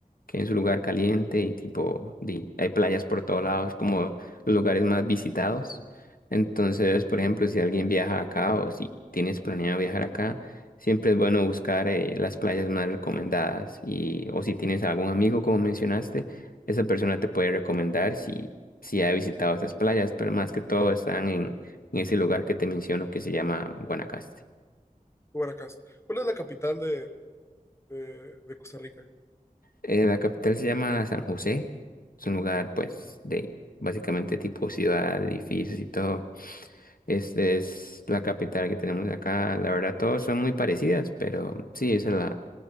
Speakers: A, on the left; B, on the left.
A: que es un lugar caliente y tipo, di- hay playas por todos lados, como los lugares más visitados. Entonces, por ejemplo, si alguien viaja acá o si tienes planeado viajar acá, siempre es bueno buscar eh, las playas más recomendadas y o si tienes algún amigo, como mencionaste, esa persona te puede recomendar si, si ha visitado esas playas, pero más que todo están en, en ese lugar que te menciono que se llama Guanacaste.
B: Guanacaste. ¿Cuál es la capital de, de, de Costa Rica?
A: Eh, la capital se llama San José. Es un lugar, pues, de básicamente tipo ciudad, edificios y todo. Es, es la capital que tenemos acá. La verdad, todos son muy parecidas, pero sí, esa es la,